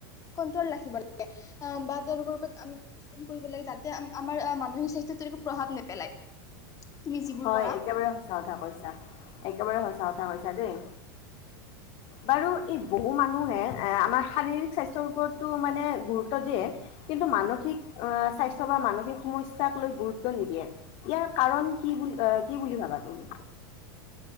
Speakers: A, on the left; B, on the left.
A: কন্ট্ৰল ৰাখিব লাগে বা তেওঁলোকৰ ওপৰত আমি কৰিব লাগে যাতে আমাৰ মানসিক স্বাস্থ্যত তেনেকৈ প্ৰভাৱ নেপেলায়। তুমি যিবোৰ
B: হয়
A: কৰা
B: একেবাৰে সঁচা কথা কৈছা একেবাৰে সঁচা কথা কৈছা দেই। বাৰু এই বহু মানুহে এ আমাৰ শাৰীৰিক স্বাস্থ্যৰ ওপৰতো মানে গুৰুত্ব দিয়ে। কিন্তু মানসিক আহ স্বাস্থ্য বা মানসিক সমস্যাক লৈ গুৰুত্ব নিদিয়ে ইয়াৰ কাৰণ। কি বুলি কি বুলি ভাবা তুমি?